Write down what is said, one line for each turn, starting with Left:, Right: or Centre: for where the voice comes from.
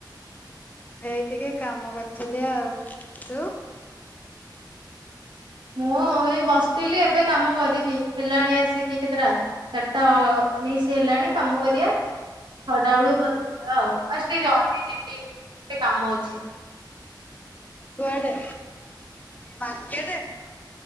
Left: ଏଇ ଟିକେ କାମ କରୁଥିଲି ଆଉ ତୁ
Right: ମୁଁ ଏଇ ବସିଥିଲି ଏବେ କାମ କରିବି ହେଲାଣି ଆସିକି କେତେଟା ଚାରିଟା ଉଣେଇଶି ହେଲାଣି । କାମ କରିବା ଛଟା ବେଳୁ ଘର ଆଉ ଟିକେ ଜଲଦି ଯିବି କାମ ଅଛି
Left: କୁଆଡେ? ମାର୍କେଟ